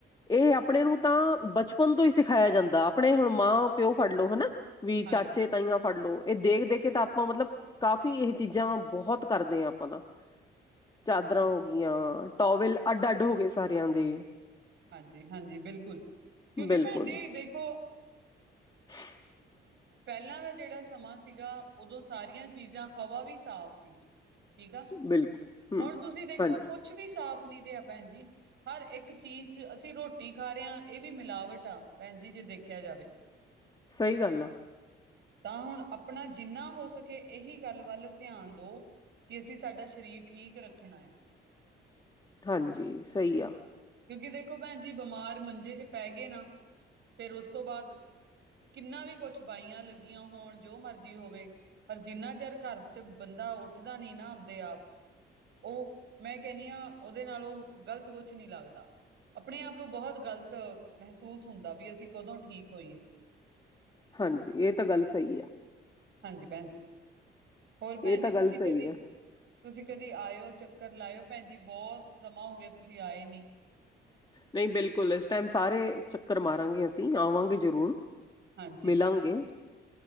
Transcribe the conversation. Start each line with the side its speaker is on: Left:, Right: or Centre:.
Left: ਇਹ ਆਪਣੇ ਨੂੰ, ਤਾਂ ਬਚਪਨ ਤੋਂ ਹੀ ਸਿਖਾਇਆ ਜਾਂਦਾ, ਆਪਣੇ ਹੁਣ ਮਾਂ -ਪਿਓ ਫੜ ਲਓ ਹਨਾ ਵੀ
Right: ਹਾਂਜੀ,
Left: ਚਾਚੇ -ਤਾਈਆਂ ਫੜ ਲੋ, ਇਹ ਦੇਖ, ਦੇਖ ਤਾਂ ਆਪਾਂ ਮਤਲਬ ਕਾਫ਼ੀ ਇਹ ਚੀਜ਼ਾਂ, ਬਹੁਤ ਕਰਦੇ ਹਾਂ ਆਪਾਂ ਦਾ ਚਾਦਰਾਂ ਹੋ ਗਈਆਂ, ਟੋਵਲ ਅੱਡ, ਅੱਡ ਹੋ ਗਏ ਸਾਰਿਆਂ ਦੇ
Right: ਹਾਂਜੀ- ਹਾਂਜੀ ਬਿਲਕੁਲ ਕਿਉਂਕਿ
Left: ਬਿਲਕੁਲ
Right: ਭੈਣ ਜੀ ਦੇਖੋ
Left: <inaudible>
Right: ਪਹਿਲਾਂ ਦਾ ਜਿਹੜਾ ਸਮਾਂ ਸੀਗਾ। ਉਦੋਂ ਸਾਰੀਆਂ ਚੀਜ਼ਾਂ, ਹਵਾ ਵੀ ਸਾਫ਼ ਠੀਕ ਆ
Left: ਬਿਲਕੁਲ ਹੂੰ
Right: ਹੁਣ ਤੁਸੀਂ ਦੇਖੋ
Left: ਹਾਂਜੀ
Right: ਕੁਛ ਵੀ ਸਾਫ਼ ਨੀ ਰਿਹਾ ਆ ਭੈਣ ਜੀ ਹਰ ਇੱਕ ਚੀਜ਼, ਅਸੀਂ ਰੋਟੀ ਖਾ ਰਹੇ ਹਾਂ ਇਹ ਵੀ ਮਿਲਾਵਟ ਆ ਭੈਣ ਜੀ ਜੇ ਦੇਖਿਆ ਜਾਵੇ
Left: ਸਹੀ ਗੱਲ ਆ
Right: ਤਾਂ ਹੁਣ ਆਪਣਾ ਜਿੰਨਾ ਹੋ ਸਕੇ, ਇਹੀ ਗੱਲ ਵੱਲ ਧਿਆਨ ਦਉ ਕਿ ਅਸੀਂ, ਸਾਡਾ ਸਰੀਰ ਠੀਕ ਰੱਖਣਾ ਹੈ।
Left: ਹਾਂਜੀ ਸਹੀ ਆ
Right: ਕਿਉਂਕਿ ਦੇਖੋ ਭੈਣ ਜੀ ਬਿਮਾਰ ਮੰਜੇ 'ਚ ਪੈ ਗਏ ਨਾ ਫਿਰ ਉਸ ਤੋਂ ਬਾਅਦ ਕਿੰਨਾ ਵੀ ਕੁਛ ਬਾਈਆਂ ਲੱਗੀਆਂ ਹੋਣ, ਜੋ ਮਰਜ਼ੀ ਹੋਵੇ ਪਰ ਜਿੰਨਾ ਚਿਰ, ਘਰ 'ਚ ਬੰਦਾ ਉੱਠਦਾ ਨੀ ਨਾ ਆਪਦੇ ਆਪ ਉਹ ਮੈਂ ਕਹਿੰਦੀ ਹਾਂ ਉਹਦੇ ਨਾਲ ਉਹ ਗ਼ਲਤ ਕੁਛ ਨਹੀਂ ਲੱਗਦਾ ਆਪਣੇ ਆਪ ਨੂੰ ਬਹੁਤ ਗ਼ਲਤ ਮਹਿਸੂਸ ਹੁੰਦਾ ਵੀ ਅਸੀਂ ਕਦੋਂ ਠੀਕ ਹੋਈਏ
Left: ਹਾਂਜੀ। ਇਹ ਤਾਂ ਗੱਲ ਸਹੀ ਆ।
Right: ਹਾਂਜੀ ਭੈਣ ਜੀ ਹੋਰ ਭੈਣ
Left: ਇਹ
Right: ਜੀ
Left: ਤਾਂ ਗੱਲ
Right: ਤੁਸੀਂ ਕਦੀ
Left: ਸਹੀ ਹੈ
Right: ਤੁਸੀਂ ਕਦੀ ਆਇਓ ਚੱਕਰ ਲਾਇਓ, ਭੈਣ ਜੀ ਬਹੁਤ ਸਮਾਂ ਹੋ ਗਿਆ ਤੁਸੀਂ ਆਏ ਨੀ
Left: ਨਹੀਂ ਬਿਲਕੁਲ ਇਸ ਟਾਈਮ ਸਾਰੇ ਚੱਕਰ ਮਾਰਾਂਗੇ ਅਸੀਂ ਆਵਾਂਗੇ ਜ਼ਰੂਰ
Right: ਹਾਂਜੀ
Left: ਮਿਲਾਂਗੇ